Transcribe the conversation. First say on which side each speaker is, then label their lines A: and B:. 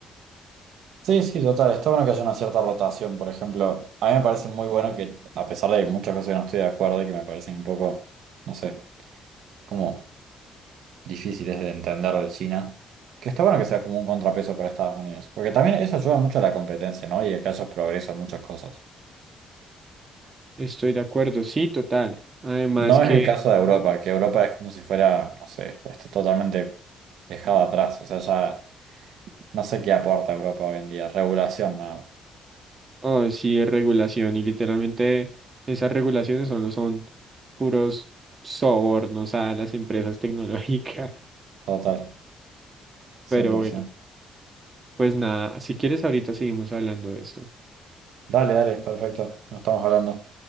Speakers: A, on the right; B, on the right.
A: Sí, sí, total. Está bueno que haya una cierta rotación. Por ejemplo, a mí me parece muy bueno que, a pesar de que muchas cosas que no estoy de acuerdo y que me parecen un poco, no sé, como difíciles de entender de China, que está bueno que sea como un contrapeso para Estados Unidos. Porque también eso ayuda mucho a la competencia, ¿no? Y a que haya progreso en muchas cosas.
B: Estoy de acuerdo, sí, total. Además
A: No
B: que,
A: es el caso de Europa, que Europa es como si fuera, no sé, está totalmente dejado atrás. O sea, ya no sé qué aporta Europa hoy en día. Regulación nada más.
B: oh, sí, es regulación y literalmente esas regulaciones solo son puros sobornos a las empresas tecnológicas.
A: Total,
B: <laughs>
A: cien
B: Pero
A: por
B: bueno,
A: ciento
B: pues nada, si quieres ahorita seguimos hablando de esto.
A: Dale, dale, perfecto. Nos estamos hablando.